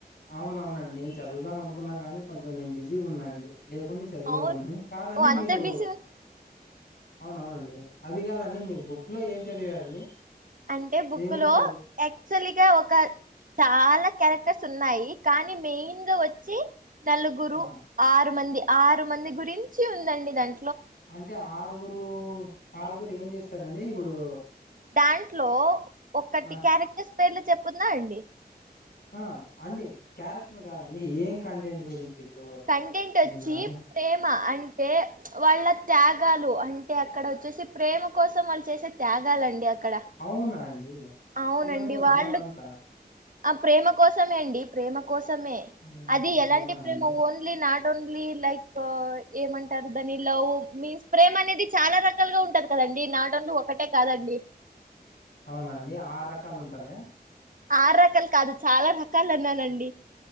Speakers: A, on the left; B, on the right.
A: అవునవునండి నేన్ చదువుదాం అనుకున్నా గానీ కొం నేన్ బిజీగున్నా అండి లేకుంటే చదివేవాన్ను
B: అవును
A: కాదండి
B: ఓ అంత
A: మీరు
B: బిజీ
A: అవునవునండి అది కాదండి మీరు బుక్లో ఏం చదివారండి
B: అంటే బుక్లో
A: ఏముంటది
B: యాక్చువల్గా ఒక చాలా క్యారె క్టర్స్ ఉన్నాయి కానీ మెయిన్గా వచ్చి నలుగురు
A: ఆ
B: ఆరు మంది ఆరు మంది గురించి ఉందండి దాం
A: అంటే ఆరుగురూ ఆరుగురు ఏం చేస్తారండి ఇప్పుడూ
B: దాంట్లో ఒకటి
A: ఆ
B: క్యారెక్టర్స్ పేర్లు చెప్ ఉందా అండి
A: ఆ అండి క్యారెక్టర్ కాదండి ఏం కంటెంట్ గురించి ఇప్పుడు
B: కంటెంట్ ఒచ్చి
A: నేను నార్మల్
B: ప్రేమ అం అంటే వాళ్ళ త్యాగాలు అంటే అక్కడ వచ్చేసి ప్రేమ కోసం వాళ్ళు చేసే త్యాగాలండి అక్కడ
A: అవునా అండి
B: అవునండి
A: ప్రేమ కోసమా
B: వాళ్ళు
A: అదంతా
B: ఆ ప్రేమ కోసమే అండి ప్రేమ కోసమే
A: ఆహా!
B: అది ఎలాంటి
A: అవునా అండి
B: ప్రేమ ఓన్లీ నాట్ ట్ ఓన్లీ లైక్ ఏమంటారు దాన్ని లవ్ మీన్స్ ప్రేమనేది చాలా ర ల్గా ఉంటది కదండి నాట్ ఓన్లీ ఒకటే కాదండి
A: అవునా అండి ఆరు రకాలు ఉంటదా
B: ఆరు రకాలు కాదు చాలా రకాలు అన్నానండి.